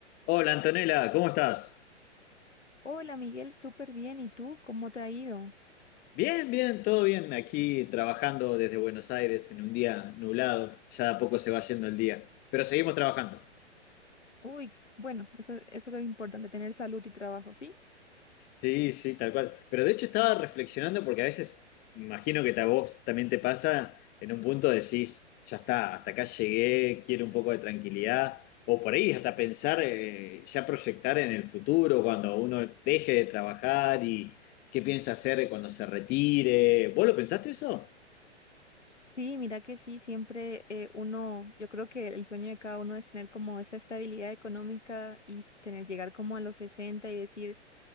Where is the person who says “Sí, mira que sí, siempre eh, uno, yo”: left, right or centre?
Left